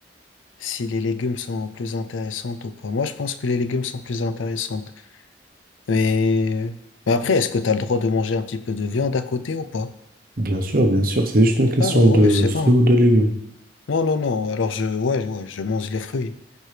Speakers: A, on the left; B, on the right.
A: si les légumes sont plus intéressantes ou pas. Moi, je pense que les légumes sont plus intéressants. Mais, mais après, est-ce que tu as le droit de manger un petit peu de viande à côté ou pas?
B: Bien sûr, bien sûr, c'est juste une question
A: Ah ouais,
B: de
A: c'est
B: fruits
A: bon.
B: ou
A: hein.
B: de légumes.
A: Non, non, non. Alors je, ouais, ouais, je mange les fruits.